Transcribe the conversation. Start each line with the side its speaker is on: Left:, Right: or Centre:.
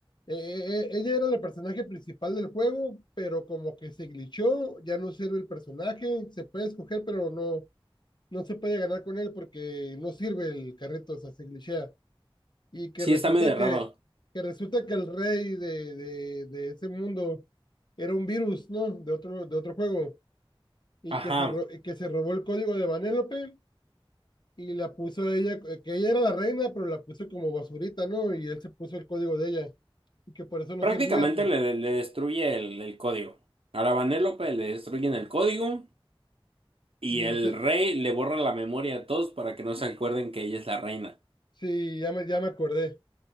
Left: eh, eh, eh, ella era la personaje principal del juego, pero como que se glitchó, ya no sirve el personaje, se puede escoger, pero no, no se puede ganar con él porque no sirve el carrito, o sea, se glitchea. y que
Right: sí,
Left: resulta
Right: está medio
Left: que,
Right: raro.
Left: que resulta que el rey de, de, de ese mundo era un virus, ¿no? De otro, de otro juego y
Right: Ajá.
Left: que se, ro- que se robó el código de Vanélope y la puso a ella, eh, que ella era la reina, pero la puso como basurita, ¿no? Y él se puso el código de ella y que por eso no
Right: Prácticamente
Left: servía, pues.
Right: le, le destruye el, el código. A la Vanellope le destruyen el código y
Left: Y
Right: el
Left: él se,
Right: rey le borra la memoria a todos para que no se acuerden que ella es la reina.
Left: sí, ya me, ya me acordé,